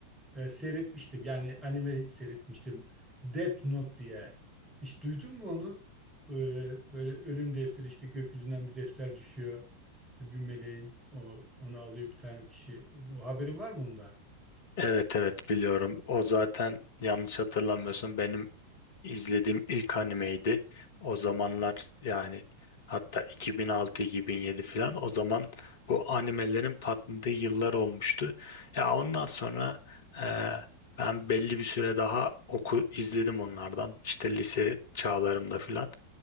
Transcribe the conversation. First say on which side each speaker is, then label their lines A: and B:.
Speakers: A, on the right; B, on the left.
A: e, seyretmiştim. Yani anime seyretmiştim. Death Note diye. Hiç duydun mu onu? E, böyle ölüm defteri işte gökyüzünden bir defter düşüyor. E, Bir meleğin o, onu alıyor bir tane kişi. Bu haberin var mı onda?
B: Evet evet biliyorum. O zaten yanlış hatırlamıyorsun benim izlediğim ilk animeydi. O zamanlar yani hatta 2006-2007 falan o zaman bu animelerin patladığı yıllar olmuştu. Ya ondan sonra e, ben belli bir süre daha oku izledim onlardan. İşte lise çağlarımda falan.